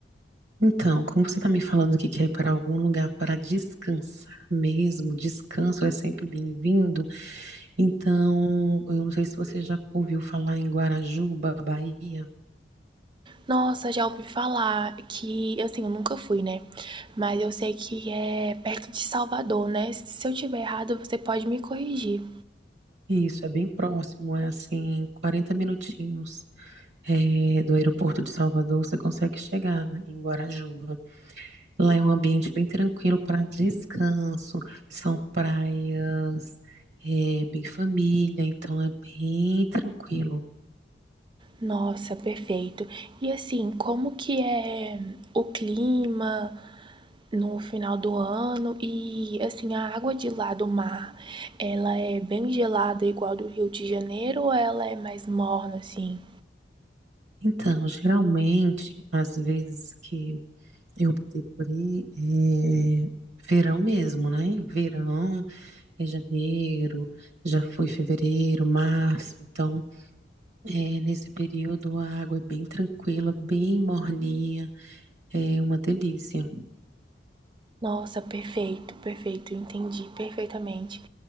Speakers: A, on the right; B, on the right.
A: Então, como você está me falando que quer ir para algum lugar para descansar mesmo, descanso é sempre bem-vindo. Então, eu não sei se você já ouviu falar em Guarajuba, Bahia.
B: Nossa, já ouvi falar que, assim, eu nunca fui, né? Mas eu sei que é perto de Salvador, né? Se eu tiver errado, você pode me corrigir.
A: Isso, é bem próximo, é assim, 40 minutinhos eh, do aeroporto de Salvador, você consegue chegar, né, em Guarajuba. Lá é um ambiente bem tranquilo para descanso, são praias, é bem família, então é bem tranquilo.
B: Nossa, perfeito. E assim, como que é o clima no final do ano? E assim, a água de lá do mar, ela é bem gelada igual do Rio de Janeiro ou ela é mais morna assim?
A: Então, geralmente, às vezes que eu optei por ir, é verão mesmo, né? Verão. é janeiro, já foi fevereiro, março. Então, é, nesse período a água é bem tranquila, bem morninha, é uma delícia.
B: Nossa, perfeito, perfeito, entendi perfeitamente.